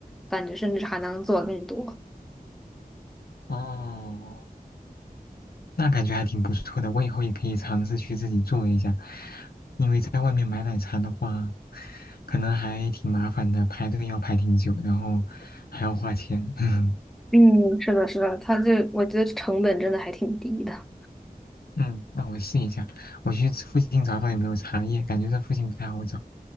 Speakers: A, in the centre; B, on the left.
A: 感觉甚至还能做更多。
B: 哦，那感觉还挺不错的，我以后也可以尝试去自己做一下，因为在外面买奶茶的话，可能还挺麻烦的，排队要排挺久，然后还要花钱。<laughs>
A: 嗯，是的，是的，它这我觉得成本真的还挺低的。
B: 嗯，那我试一下，我去附近找找有没有茶叶，感觉这附近不太好找。